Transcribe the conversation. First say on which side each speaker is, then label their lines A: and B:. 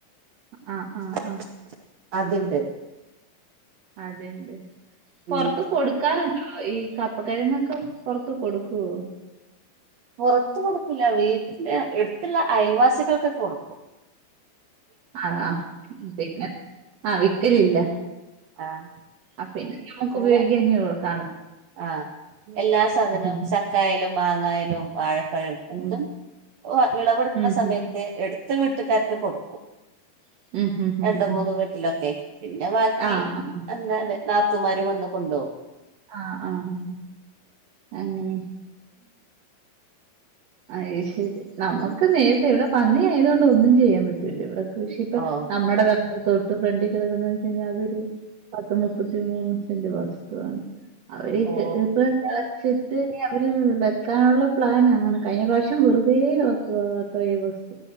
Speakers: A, on the right (about 55°); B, on the right (about 75°).
A: ആ ആ
B: ചക്ക
A: ആ
B: അത്ണ്ട്.
A: അത്ണ്ട് പൊറത്ത്
B: ഉം
A: കൊടുക്ക. കാറുണ്ടോ ഈ കപ്പ കൊഴങ്ങൊക്കെ പുറത്ത് കൊടുക്കുവോ?
B: പുറത്ത് കൊടുക്കുല്ല വീട്ടില് എടുത്തുള്ള അയൽവാസികൾ കൊക്കെ കൊട്ക്കും.
A: ആഹ് ആഹ് പിന്നെ ആ. വിക്കലില്ല.
B: ആഹ്
A: ആഹ് പിന്നെ നമ്മക്ക്
B: അങ്ങനെ
A: ഉപയോഗിക്ക കാണ
B: ആഹ് എല്ലാ സാധനവും
A: ഉം
B: ചക്കായാലും മാങ്ങായാലും വാഴപ്പഴം. എന്തും
A: ഉം
B: വിളവെടുക്കണ
A: ഉം
B: സമയത്ത്
A: ഉം
B: എടുത്ത് വീട്ടുകാർക്ക് കൊടുക്കും.
A: ഉം ഉം ഉം
B: രണ്ട്
A: ഉം
B: മൂന്ന്
A: ഉം
B: വീട്ടിലൊക്കെ പിന്നെ ബാക്കി
A: ആഹ് ആഹ്
B: അങ്ങനെ. നാത്തു ൻമാരും വന്ന് കൊണ്ടോകും.
A: ആഹ് ആഹ് അങ്ങനെ. അ യ്ശരി നമുക്ക് നേരത്തെ ഇവിടെ പന്നി ആയത് കൊണ്ട് ഒന്നും ചെയ്യാൻ പറ്റു. റ്റു ല ഇവിടെ കൃഷി ഇപ്പ
B: ഓ
A: നമ്മുടെ. തൊട്ട് ഫ്രണ്ടിൽ കിടക്കുന്ന വെച്ച് കഴിഞ്ഞാൽ അതൊരു പത്ത്മുപ്പത്തി മൂന്ന് സെന്റ് വസ്തുവാണ്. അവര്
B: ഓ
A: ഇപ്പ കളച്ചിട്ട് ഇനി അവര് വെക്കാനുള്ള പ്ലാനാണ്. കഴിഞ്ഞ പ്രാവശ്യം വെറുതെ കെടക്കുക അത്രേയും വസ്തു